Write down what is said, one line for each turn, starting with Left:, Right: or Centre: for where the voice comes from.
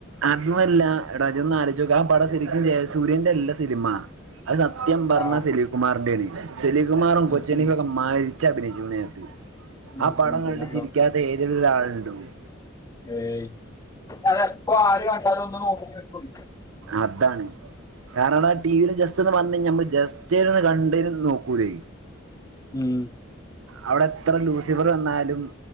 Right: അതുമല്ല, എടാ ഇജൊന്നാലോചിച്ച് നോക്ക് ആ പടം ശരിക്കും ജയസൂര്യന്റെ അല്ലസിനിമ അത് സത്യംപറഞ്ഞാൽ
Left: ആ
Right: സലിംകുമാറിന്റേണ് സലിംകുമാറും
Left: ഉം,
Right: കൊച്ചിൻ
Left: ഉം,
Right: ഹനീഫയൊക്കെ മരി മരിച്ചഭിനയിച്ചൂന്നേ <unintelligible>
Left: ഉം,
Right: ആപടം
Left: ഉം,
Right: കണ്ടിട്ട്
Left: പിന്നെന്തോ
Right: ചിരിക്കാത്ത ഏതേലും ഒരാള് <unintelligible>
Left: ഏയ് അത് എപ്പം ആരു കണ്ടാലുമൊന്ന് നോക്കി നിൽക്കും
Right: അതാണ് ഞാനതാ, ടി. വിയിൽ ജസ്റ്റൊന്ന് വന്ന്, ഞമ്മള് ജസ്റ്റ് ഒന്ന് കണ്ട്കഴിഞ്ഞാലൊന്ന് നോക്കൂലെ
Left: ഉം.
Right: അവിടെത്ര ലൂസിഫർ വന്നാലും,